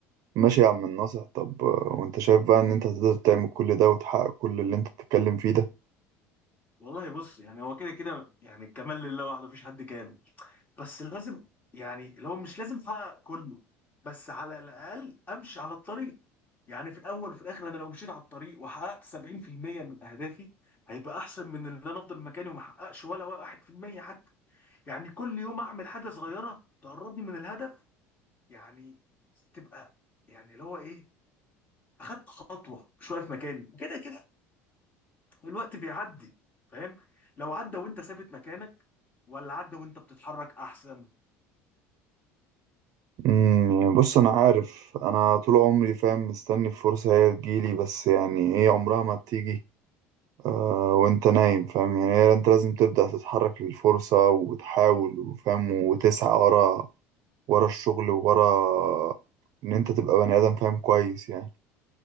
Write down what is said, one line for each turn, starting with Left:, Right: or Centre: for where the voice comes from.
Right: ماشي يا عم الناصح طب آه، وانت شايف بقى ان انت تقدر تعمل كل ده وتحقق كل اللي انت بتتكلم فيه ده
Left: والله بص يعني هو كده كده يعني الكمال لله وحده مفيش حد كامل بس لازم يعني لو مش لازم احقق كله بس على الاقل امشي على الطريق يعني في الاول وفي الاخر انا لو مشيت على الطريق وحققت 70% من اهدافي هيبقى احسن من اللي انا افضل مكاني وما احققش ولا 1% حتى يعني كل يوم اعمل حاجه صغيره تقربني من الهدف يعني تبقى يعني اللي هو ايه اخدت خطوه مش واقف مكاني كده كده الوقت بيعدي فاهم لو عدى وانت ثابت مكانك ولا عدى وانت بتتحرك احسن
Right: امم يعني بص انا عارف انا طول عمري فاهم مستني الفرصه هي تجيلي بس يعني هي عمرها ما بتيجي آه وانت نايم فاهم يعني هي انت لازم تبدأ تتحرك للفرصة وتحاول وفاهم وتسعى ورا ورا الشغل وورا ان انت تبقى بني ادم فاهم كويس يعني